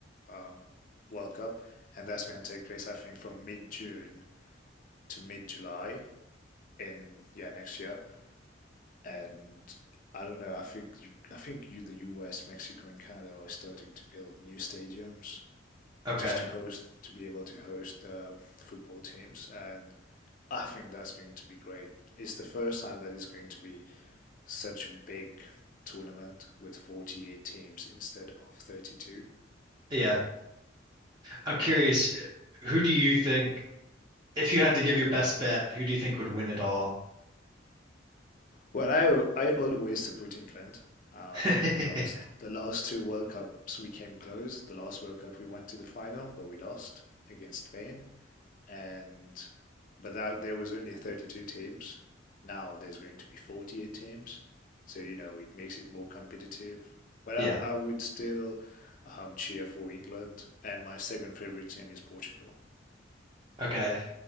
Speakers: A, on the left; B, on the right.
A: um, World Cup and that's going to take place I think from mid-June to mid-July in yeah, next year. and I don't know. I think you, I think you, the U.S., Mexico, and Canada are starting to build new stadiums
B: Okay.
A: just to host to be able to host uh, football teams, and I think that's going to be great. It's the first time that it's going to be such a big tournament with 48 teams instead of 32.
B: Yeah. I'm curious,
A: Yeah.
B: who do you think, if you had to give your best bet, who do you think would win it all?
A: Well, I I always support England. Um,
B: <laughs>
A: the last the last two World Cups we came close. The last World Cup we went to the final, but we lost against Spain. and but that there was only 32 teams. Now there's going to be 48 teams, so you know it makes it more competitive. But I,
B: Yeah.
A: I would still um, cheer for England, and my second favorite team is Portugal.
B: Okay.